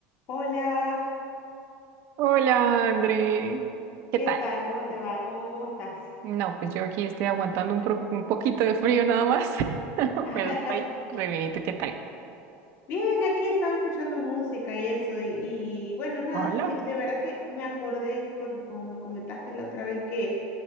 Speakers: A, on the left; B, on the right.
A: Hola,
B: Hola, André. ¿Qué
A: ¿qué
B: tal?
A: tal? ¿Cómo te va? ¿Cómo, cómo estás?
B: No, pues yo aquí estoy aguantando un, pro- un poquito de frío nada más, <laughs>
A: <laughs>
B: pero estoy re bien. ¿Y tú qué tal?
A: Bien, aquí estaba escuchando música y eso, y, y bueno, nada,
B: Hola.
A: de, de verdad que me acordé, porque como me comentaste la otra vez que